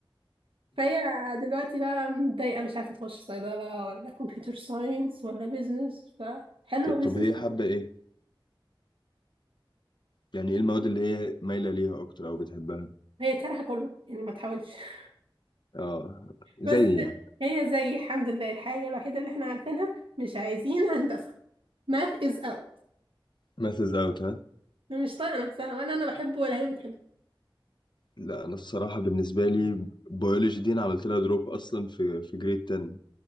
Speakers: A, on the right; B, on the left.
A: فهي دلوقتي بقى متضايقة مش عارفة تخش صيدلة ولا كمبيوتر ساينس ولا بيزنس فحلوة
B: ط- طب
A: بيزنس
B: هي حابة ايه يعني ايه المواد اللي هي مايلة ليها اكتر او بتحبها
A: هي كارهة كله يعني ما تحاولش <laughs>
B: اه زي
A: بس
B: يعني
A: هي زي الحمد لله الحاجة الوحيدة اللي احنا عارفينها مش عايزين هندسة math is out
B: ماثز اوت ها
A: مش طايقة نفسها ولا أنا بحبه ولا هي بتحبه
B: لا انا الصراحة بالنسبة لي بيولوجي دي انا عملت لها دروب اصلا في في جريد 10